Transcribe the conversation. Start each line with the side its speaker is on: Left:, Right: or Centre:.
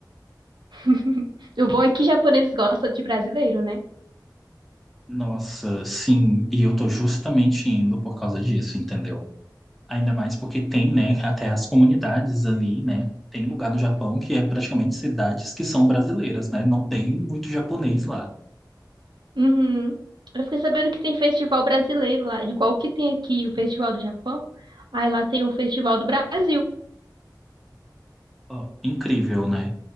Right: <laughs> O bom é que japoneses gostam de brasileiro, né?
Centre: Nossa, sim, e eu tô justamente indo por causa disso, entendeu? Ainda mais porque tem, né, até as comunidades ali, né? Tem lugar no Japão que é praticamente cidades que são brasileiras, né? Não tem muito japonês lá.
Right: Uhum. Eu fiquei sabendo que tem festival brasileiro lá, igual que tem aqui o Festival do Japão. Aí lá tem o Festival do Brasil.
Centre: Ó, incrível, né?